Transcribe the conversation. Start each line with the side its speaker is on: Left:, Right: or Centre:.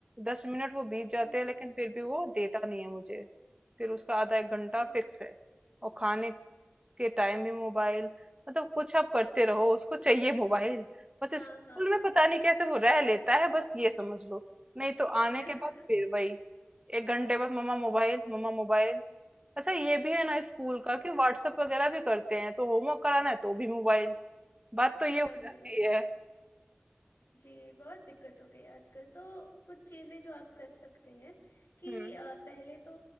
Right: दस मिनट वो बीत जाते
Left: हम्म
Right: हैं लेकिन फिर भी वो देता नहीं है मुझे फिर उसका आधा एक घंटा
Left: जी
Right: फिक्स है और खाने के टाइम भी मोबाइल मतलब कुछ आप करते रहो उसको चाहिए मोबाइल बस
Left: हाँ
Right: स्कूल
Left: हाँ
Right: में पता नहीं कैसे वो रह लेता है बस ये समझ लो नहीं तो आने
Left: <laughs>
Right: के बाद फिर वही एक घंटे बाद मम्मा मोबाइल मम्मा मोबाइल अच्छा ये भी है ना स्कूल
Left: जी
Right: का कि व्हाट्सएप वगैरह भी करते हैं तो होमवर्क कराना है तो भी मोबाइल बात तो ये
Left: वही
Right: हो जाती
Left: वही
Right: है
Left: जी बहुत दिक्कत हो गई आजकल तो कुछ चीज़ें जो आप कर सकते हैं कि
Right: हम्म
Left: अ, पहले तो